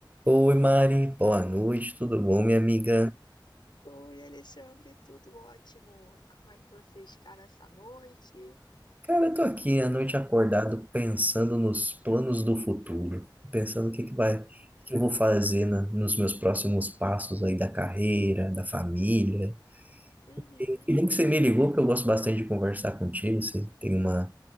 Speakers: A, on the right (about 20°); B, on the left (about 65°).
A: Oi, Mari. Boa noite, tudo bom, minha amiga?
B: Oi, Alexandre, tudo ótimo? Como é que você está nessa noite?
A: Cara, eu tô aqui à noite acordado pensando nos planos do futuro, pensando o que que vai, o que eu vou fazer na- nos meus próximos passos aí da carreira, da família.
B: Uhum.
A: E que bom que você me ligou, porque eu gosto bastante de conversar contigo. Você tem uma,